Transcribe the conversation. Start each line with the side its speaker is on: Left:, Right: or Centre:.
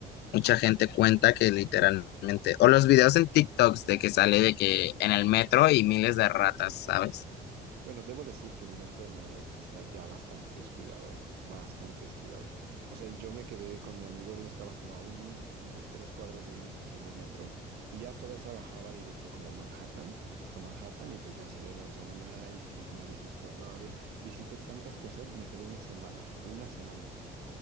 Left: mucha gente cuenta que literalmente, o los videos en TikToks de que sale de que en el metro y miles de ratas, ¿sabes?
Right: Bueno, debo decir que el metro de Nueva York sí está ya bastante descuidado, eh, bastante descuidado. O sea, yo me quedé con mi amigo, él estaba como a, un- a unas tres cuadras de una estación del metro y ya toda esa bajaba directo como Manhattan, hasta Manhattan y pues ya salí en la zona Nice y el Madison Square Garden. Visité tantas cosas, me quedé una semana, una semana.